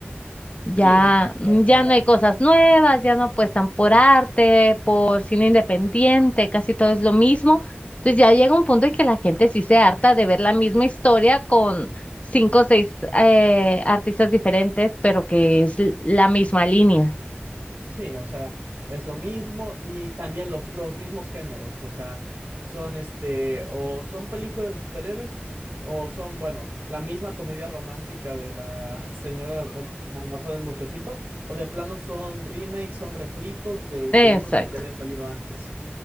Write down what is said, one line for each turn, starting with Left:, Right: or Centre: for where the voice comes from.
Left: Ya,
Right: Sí, ya,
Left: mm,
Right: o
Left: ya
Right: sea,
Left: no hay cosas nuevas, ya no apuestan por arte, por cine independiente, casi todo es lo mismo. Entonces ya llega un punto en que la gente sí se harta de ver la misma historia con cinco o seis eh, artistas diferentes, pero que es l- la misma línea.
Right: sí, o sea, es lo mismo y también los, los mismos géneros, o sea, son este, o son películas de superhéroes o son, bueno, la misma comedia romántica de la <laughs> señora bueno, Marcela del Muchachito, o de plano son remakes, son refritos de
Left: Exacto.
Right: películas que ya habían salido antes.